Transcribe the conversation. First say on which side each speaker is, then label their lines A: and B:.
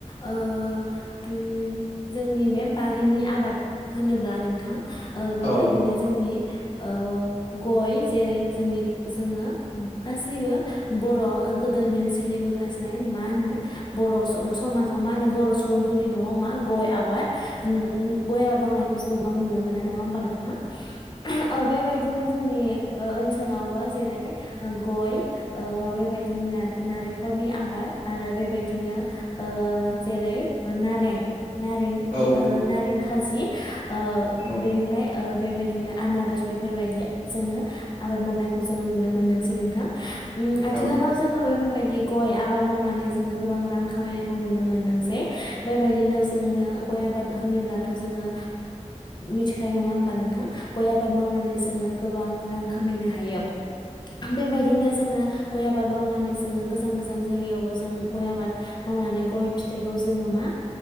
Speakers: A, on the left (about 35°); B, on the left (about 70°).
A: ओ उम जोंनि बे बारिनि आबाद होनोब्ला नोंथां बेबायदिनो
B: औ
A: जोंनि ओ गय जेरै जोंनि जोङो गासैबो बर' गोदोनिफ्रायनो सोलिबोगासिनो नाय मा होनो बर' समाजाव मा होनो बर' सुबुंफोरनि नआव मा गय आबाद गय आबाद मावनायखौ जों गोबां नुनो मोनो नङा होमबा नोंथां औ बेबायदिनो जोंनि ओनसोलावबो जेरै गय ओ बेबायदिनो नालेंखरनि आबाद आरो बेबायदिनो ओ जेरै नारें नारें
B: औ
A: ओ नारें खाजि ओ
B: औ
A: बेनिफ्राय ओ बेबायदिनो आनारस बेफोरबायदि जोङो आबाद मावनायखौ जोङो नुनो मोनदोंसै नोंथां आथिखालाव
B: औ
A: जोङो बेफोरबायदि गय आबाद मावनानै जोङो गोबां रां खामायनायखौ नुनो मोनदों जे बेबायदिनो जोङो गय आबाद होनोब्लाथ जोङो मिथिखायो नङा होमबा नोंथां गय आबाद मावनानै जोङो गोबां रां खामायनो हायो बेबायदिनो जोङो गय आबाद मावनानै जोङो गोजान गोजान गोजान जायगायावबो जों गय आबाद मावनानै गय फिथाइखौ जोङो मा